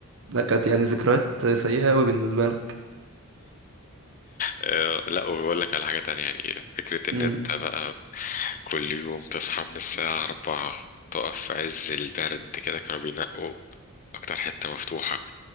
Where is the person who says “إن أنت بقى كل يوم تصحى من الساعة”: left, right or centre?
Left